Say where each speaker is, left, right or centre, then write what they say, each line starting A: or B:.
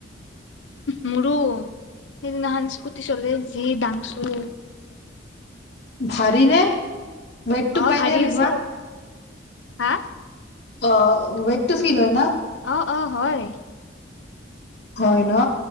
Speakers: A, on the left (about 75°); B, on the left (about 60°).
A: মোৰো সেইদিনাখন স্কুটি চলে যি দাংছো।
B: ভাৰি ৰে। ৱেততো
A: অ
B: পাই
A: ভাৰী
B: নে লেকোৱা।
A: আছে হা
B: অ' ৱেটটো ফিল হয় ন
A: অ' অ' হয়
B: হয় ন